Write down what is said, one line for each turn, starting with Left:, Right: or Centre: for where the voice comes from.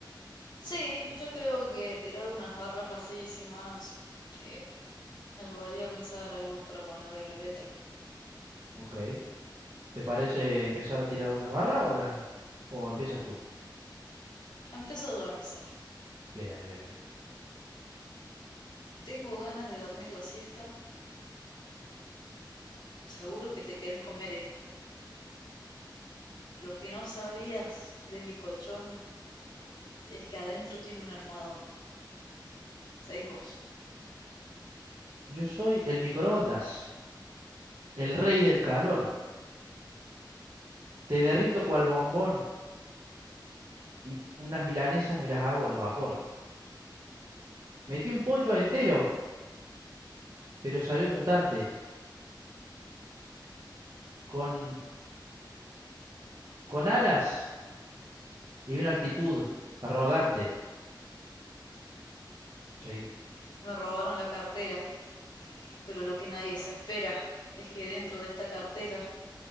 Left: Sí, yo creo que tirar unas barras así sin más eh, me ayudaría a pensar algo para ponerle a la letra.
Right: Ok. ¿Te parece empezar a tirar algunas barras o, las- o empiezas tú?
Left: Empiezo yo a empezar.
Right: Bien, bien, bien.
Left: Tengo ganas de dormir la siesta. Seguro que te querés comer esta. Lo que no sabías de mi colchón es que adentro tiene un almohadón. Sabéis vos.
Right: Yo soy el microondas. El rey del calor. Te derrito cual bombón y unas milanesas me las hago al vapor. Metí un pollo entero, pero salió mutante, con, con alas y una actitud arrogante. Chaibo.
Left: Me robaron la cartera. Pero lo que nadie se espera es que dentro de esta cartera